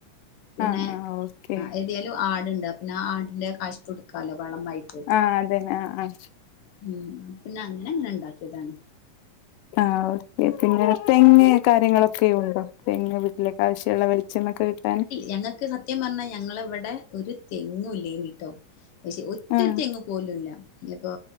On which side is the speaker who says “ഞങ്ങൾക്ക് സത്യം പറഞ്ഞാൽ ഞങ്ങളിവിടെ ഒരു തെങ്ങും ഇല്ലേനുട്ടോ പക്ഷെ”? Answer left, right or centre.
Left